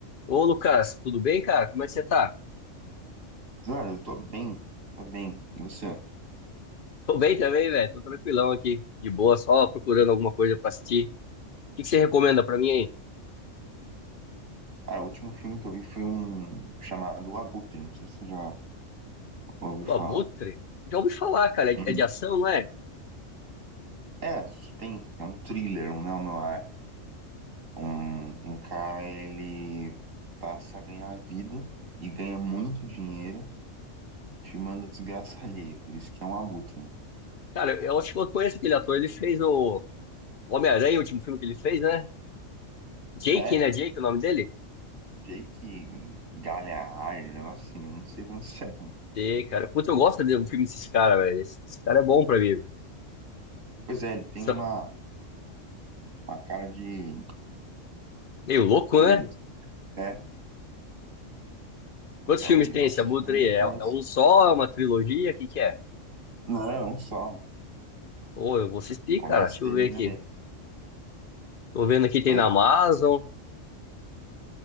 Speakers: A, on the left; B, on the right.
A: Ô, Lucas, tudo bem, cara? Como é que você tá?
B: Cara, eu tô bem, tô bem. E você?
A: Tô bem também, velho. Tô tranquilão aqui, de boa, só procurando alguma coisa pra assistir. O que que você recomenda pra mim aí?
B: Cara, o último filme que eu vi foi um chamado O Abutre, não sei se você já ouviu
A: O
B: falar.
A: Abutre? Já ouvi falar, cara. É
B: Uhum.
A: é de ação, não é?
B: É, suspense, é um thriller, um neo-noir. Um, um cara, ele passa a ganhar vida e ganha muito dinheiro filmando a desgraça alheia, por isso que é um abutre, né?
A: Cara, eu acho que eu conheço aquele ator. Ele fez o o Homem-Aranha, o último filme que ele fez, né? Jake,
B: É,
A: né? Jake, é o nome dele?
B: Jake Gyllenhaal, um negócio assim, eu não sei pronunciar. não.
A: Sei, cara. Puta, eu gosto de um filme desses caras, velho. Esse, esse cara é bom pra mim. velho.
B: Pois é, ele tem
A: Só-
B: uma, uma cara de
A: Meio louco,
B: doido.
A: né?
B: assim. É,
A: Quantos
B: então,
A: filmes
B: e
A: tem
B: nesse
A: esse Abutre
B: filme
A: aí?
B: ele
A: É,
B: faz.
A: é um só? É uma trilogia? O que que é?
B: Não, só.
A: Ô, eu vou assistir,
B: Começa
A: cara. Deixa
B: e termina
A: eu ver aqui.
B: nele.
A: Tô vendo aqui tem
B: Oi?
A: na Amazon.